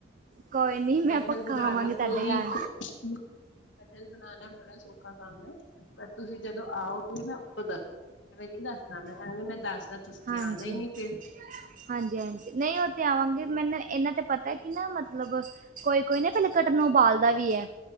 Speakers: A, on the right (about 45°); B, on the left (about 80°).
A: ਕੋਈ ਨੀ ਮੈਂ
B: ਕਠਲ
A: ਪੱਕਾ
B: ਬਣਾਣਾ
A: ਆਵਾਂਗੀ ਤੁਹਾਡੇ
B: ਕੋਈ
A: ਘਰ।
B: ਕਤਲ ਬਾਨਾ ਭੋਤ ਸੋ ਖਾ ਕਾਮ ਹੈ ਜਦੋਂ ਤੁਸੀ ਆਓ ਗਏ ਨਾ ਆਓ ਧੋ ਦਸ ਘੀ ਐਵੇਂ ਨਹੀਂ ਦੇਣਾ ਮੈਂ ਸੋਵ ਨਹੀਂ ਦੇਣਾ ਮੈਂ ਤੁਸੀਂ
A: ਹਾਂਜੀ-ਹਾਂਜੀ-ਹਾਂਜੀ!
B: ਆਣਾ ਹੀ ਨੀ ਫਿਰ
A: ਜੇ ਮੈਨੂੰ ਇਹਨਾਂ ਤੇ ਪਤਾ ਕਿ ਨਾ ਮਤਲਬ ਕੋਈ-ਕੋਈ ਨਾ ਕਟਲ ਨੂੰ ਉਬਾਲਦਾ ਵੀ ਹੈ।